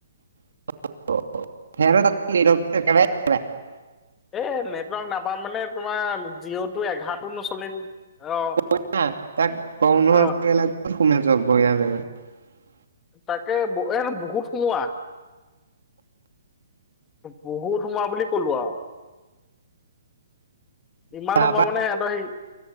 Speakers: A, on the right; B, on the left.
A: <unintelligible>
B: এ নেটৱৰ্ক নাপাম মানে তোমাৰ জিঅ'টো এঘাৰটো নচলিম অ।
A: তাক গৰ
B: অ
A: <unintelligible> জেগা।
B: তাকে এ বহুত সোমোৱা। বহুত সোমোৱা বুলি কলো আও। ইমান
A: তাৰপা
B: সোমাব নে সিহঁতৰ সেই